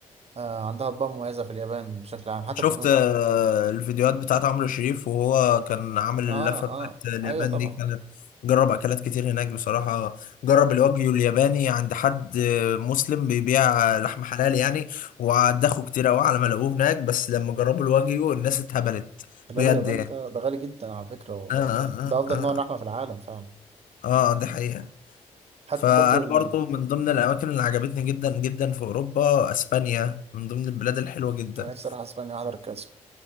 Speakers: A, on the right (about 45°); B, on the left (about 65°).
A: آه عندها أطباق مميزة في اليابان بشكل عام حتى
B: شفت
A: التكنو...
B: آه، الفيديوهات بتاعت عمرو شريف وهو كان عامل
A: اه
B: اللفة
A: اه
B: بتاعت اليابان
A: أيوه طبعا
B: دي كانت جرب أكلات كتير هناك بصراحة جرب الوagyu الياباني عند حد آه، مسلم بيبيع لحم حلال يعني وعدخوا كتير أوي على ما لقوه هناك بس لما جربوا الواجيو الناس اتهبلت
A: الراجل
B: بجد
A: الياباني
B: يعني
A: ده ده غالي جدا على فكرة و...
B: آه آه
A: ده أفضل
B: آه
A: نوع لحمة
B: آه
A: في العالم فعلا
B: آه آه، دي حقيقة
A: حتى
B: فأنا
A: برضو ال...
B: برضو من ضمن الأماكن اللي عجبتني جدا جدا في أوروبا أسبانيا من ضمن البلاد الحلوة جدا
A: أنا نفسي أروح أسبانيا أحضر الكلاسيكو